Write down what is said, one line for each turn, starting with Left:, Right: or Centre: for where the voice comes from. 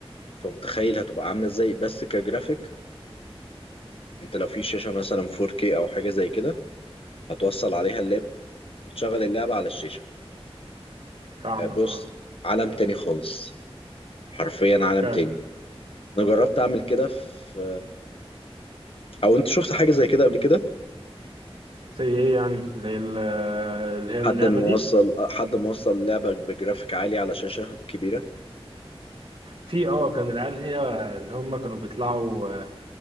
Left: فمتخيل هتبقى عاملة ازاي بس كجرافيك انت لو في شاشة مثلا 4K أو حاجة زي كده هتوصل عليها اللاب وتشغل اللعبة على الشاشة
Right: فاهمك
Left: آه، بص
Right: اه
Left: عالم تاني خالص حرفيا عالم
Right: بجد
Left: تاني انا جربت اعمل كده في او انت شفت حاجه زي كده قبل كده
Right: زي ايه يعني زي ال- اللي هي
Left: حد
Right: اللعبه
Left: موصل
Right: دي
Left: حد موصل لعبه بجرافيك عالي على شاشه كبيره
Right: في اه كان العيال هي اللي هم كانوا بيطلعوا آه،